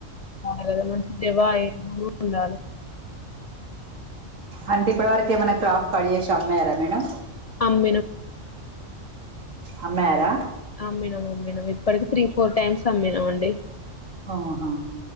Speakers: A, on the left; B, on the right.
A: చాలదా మంచి దివాయ గూ ఉండాలి
B: అంటే ఇప్పటి వరకు ఏమైన క్రాఫ్ట్ కడ్ జేసి అమ్మారా మేడం
A: అమ్మినం
B: అమ్మయార
A: అమ్మినాం అమ్మినాం ఇప్పటికి త్రీ ఫోర్ టైమ్స్ అమ్మినాం అండి
B: ఓహా